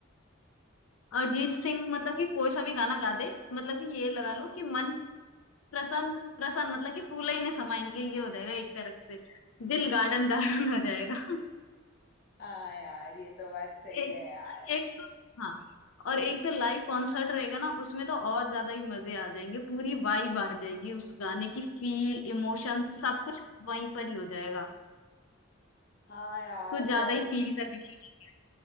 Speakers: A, on the left; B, on the left.
A: अरिजीत सिंह मतलब कि कोई सा भी गाना गा दे मतलब कि ये लगा लो कि मन प्रसन्न प्रसन्न मतलब कि फूल ही नहीं समाएंगे ये हो जाएगा एक तरह से दिल गार्डन गार्डन हो जाएगा <laughs>
B: हाँ यार ये तो बात सही
A: एक
B: है यार
A: एक तो हाँ और एक तो लाइव कॉन्सर्ट रहेगा ना उसमें तो और ज्यादा ही मजे आ जाएंगे पूरी वाइब आ जाएगी उस गाने की फील इमोशन सब कुछ वहीं पर ही हो जाएगा
B: हाँ यार
A: कुछ ज्यादा
B: और
A: ही फील करने लगेंगे